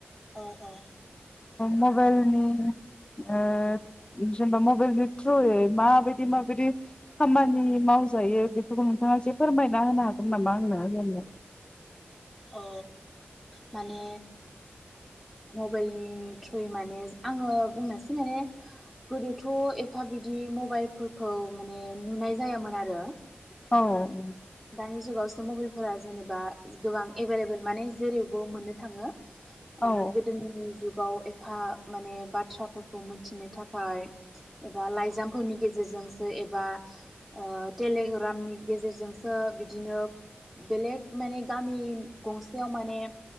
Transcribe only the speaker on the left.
मबाइल नि ओ जेनेबा मबाइलनि थ्रुयै माबायदि माबायदि खामानि मावजायो बेफोरखौ नोंथाङा एसे फोरमायना होनो हागोन नामा? आंनो जेनेबा
औ
औ